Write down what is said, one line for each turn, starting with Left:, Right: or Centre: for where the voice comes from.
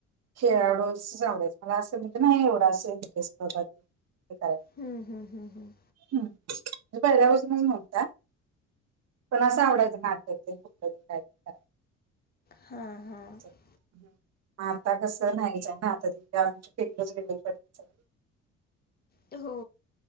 Right: खेळाडूस तस आवडायचं मला असं मी तर नाही एवढं असं <unintelligible> हे करायचं
Left: हम्म हम्म हम्म हम्म.
Right: हम्म तुम्ही पहिल्या पासूनच म्हणताय? पण असं आवडायचं नात ते कुठलं तर काय कराय
Left: हां हां
Right: <unintelligible> हम्म आता कसं नाही जमनार, म्हातारी कड आमचे <unintelligible> सगळे <inaudible>
Left: ते हो.